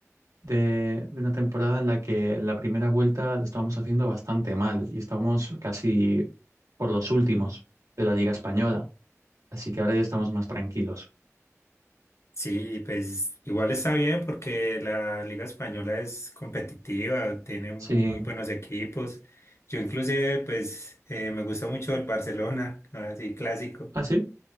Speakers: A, on the right (about 85°); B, on the left (about 55°).
A: de de una temporada en la que la primera vuelta lo estábamos haciendo bastante mal y estábamos casi por los últimos de la Liga Española. Así que ahora ya estamos más tranquilos.
B: Sí, pues igual está bien porque la liga española es competitiva, tiene muy
A: Sí.
B: buenos equipos. Yo inclusive pues eh, me gusta mucho el Barcelona, <laughs> así clásico.
A: ¿Ah, sí?